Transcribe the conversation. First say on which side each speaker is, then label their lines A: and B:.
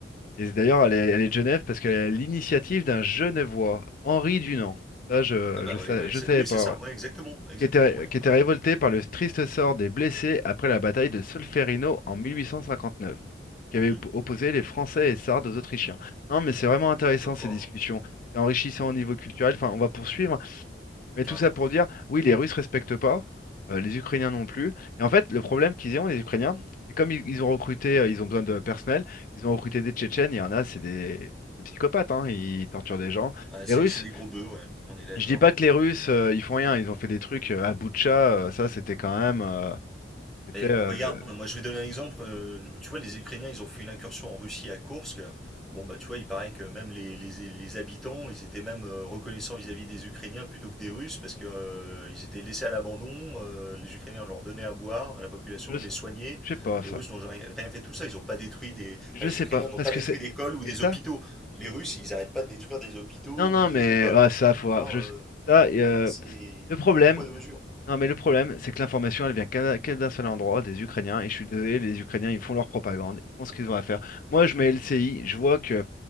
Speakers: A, on the left; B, in the centre.
A: Et d'ailleurs, elle est, elle est de Genève parce qu'elle est à l'initiative d'un Genevois, Henri Dunant. Ça, je,
B: Ah bah
A: je sais,
B: ouais, ouais,
A: je
B: c'est-
A: savais
B: oui,
A: pas.
B: c'est ça,
A: ouais.
B: ouais, exactement, exactement,
A: Qui était,
B: ouais.
A: qui était
B: ouais.
A: révolté par le triste sort des blessés après la bataille de Solferino en 1859, qui avait
B: Mhm.
A: op- opposé les Français et Sardes aux Autrichiens. Non, mais c'est vraiment intéressant
B: Ah, comme
A: ces
B: quoi,
A: discussions.
B: hein.
A: C'est enrichissant
B: Ouais,
A: au niveau culturel. Enfin, on va poursuivre. Mais
B: carrément.
A: tout ça pour dire, oui, les Russes respectent pas, euh, les Ukrainiens non plus. Et en fait, le problème qu'ils ont, les Ukrainiens, c'est comme ils, ils ont recruté, euh, ils ont besoin de personnel, ils ont recruté des Tchétchènes, il y en a, c'est des, des psychopathes, hein, ils torturent des gens.
B: Bah,
A: Les
B: c'est
A: Russes,
B: c'est des gros bœufs, ouais, on est d'accord.
A: je dis pas que les Russes, euh, ils font rien, ils ont fait des trucs euh, à Boutcha, euh, ça c'était quand même, euh, c'était,
B: Mais
A: euh,
B: regarde,
A: le-
B: moi je vais donner un exemple. euh, tu vois, les Ukrainiens, ils ont fait une incursion en Russie à Koursk. Bon, bah tu vois, il paraît que même les, les- les habitants, ils étaient même euh, reconnaissants vis-à-vis des Ukrainiens plutôt que des Russes parce que euh, ils étaient laissés à l'abandon. euh, les Ukrainiens leur donnaient à boire à la population,
A: je, sais
B: ils les soignaient.
A: je sais pas
B: Les
A: ça,
B: Russes n'ont rien rien fait de tout ça. Ils n'ont pas détruit des.
A: je
B: enfin, les
A: sais
B: Ukrainiens
A: pas,
B: n'ont
A: parce
B: pas
A: que
B: détruit
A: c'est,
B: d'écoles ou
A: et
B: des
A: ça,
B: hôpitaux. Les Russes, ils n'arrêtent pas de détruire des hôpitaux
A: non non
B: ou des
A: mais
B: écoles.
A: ah, ça faut,
B: Tu
A: ah,
B: vois,
A: je-
B: euh,
A: ça, euh,
B: c'est. Il
A: le problème.
B: y a deux poids, deux mesures.
A: Non, mais le problème, c'est que l'information, elle vient qu'à- que d'un seul endroit, des Ukrainiens. Et je suis désolé, les Ukrainiens, ils font leur propagande, ils font ce qu'ils ont à faire. Moi, je mets LCI, je vois que